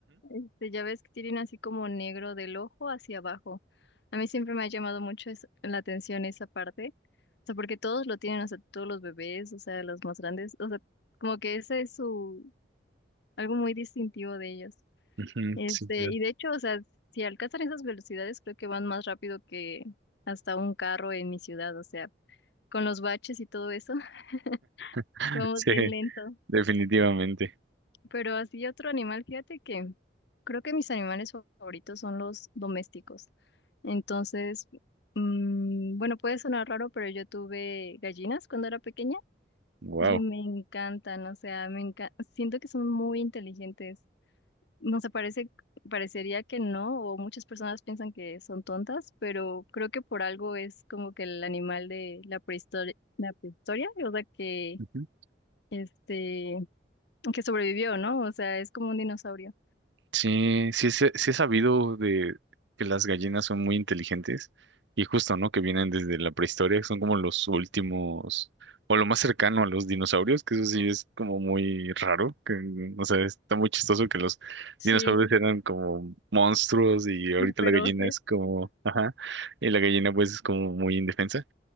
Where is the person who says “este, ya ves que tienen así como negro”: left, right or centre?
Left